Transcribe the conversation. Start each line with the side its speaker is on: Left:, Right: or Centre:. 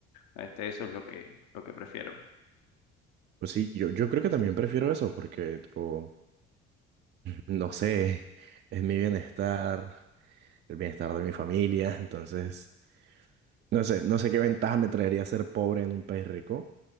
Left: este, eso es lo que, lo que prefiero.
Right: Pues sí, yo, yo creo que también prefiero eso porque, tipo, no sé, <laughs> es mi bienestar, el bienestar de mi familia, entonces... No sé, no sé qué ventaja me traería ser pobre en un país rico.